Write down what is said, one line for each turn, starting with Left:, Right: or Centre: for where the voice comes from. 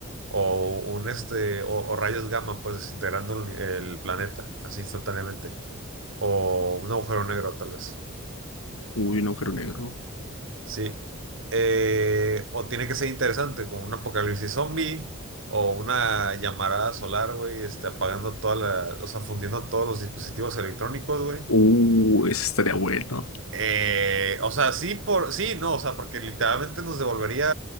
Right: O un este, o, o rayos gamma, pues desintegrando el, uni- el planeta, así instantáneamente. O un agujero negro, tal vez.
Left: Uy, un agujero negro.
Right: Sí. Eh, o tiene que ser interesante, como un apocalipsis zombie, o una llamarada solar, güey, este, apagando toda la, o sea, fundiendo todos los dispositivos electrónicos, güey.
Left: Uh, eso estaría bueno.
Right: Eh, o sea, sí, por, sí, no, o sea, porque literalmente nos devolvería